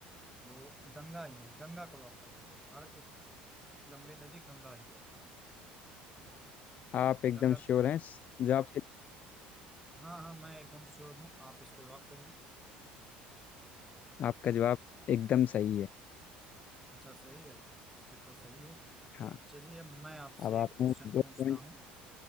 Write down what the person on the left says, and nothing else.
आप एकदम
श्योर हैं इस जवाब के
आपका जवाब एकदम सही है
हाँ
अब आपने
दो पॉइंट